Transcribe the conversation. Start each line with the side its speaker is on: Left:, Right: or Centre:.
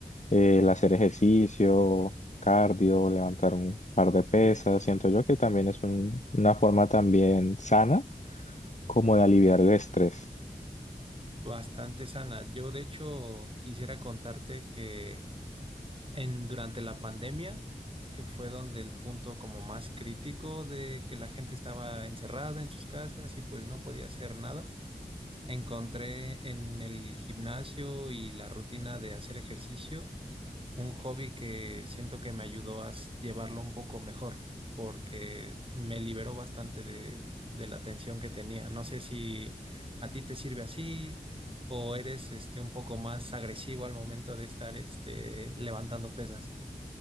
Left: eh, el hacer ejercicio, cardio, levantar un par de pesas, siento yo que también es un- una forma también sana como de aliviar el estrés.
Right: bastante sana. Yo de hecho quisiera contarte que en, durante la pandemia, que fue donde el punto como más crítico de que la gente estaba encerrada en sus casas y pues no podía hacer nada, encontré en el gimnasio y la rutina de hacer ejercicio un hobby que siento que me ayudó a s- llevarlo un poco mejor, porque me liberó bastante de, de la tensión que tenía. No sé si a ti te sirve así o eres este, un poco más agresivo al momento de estar este, levantando pesas.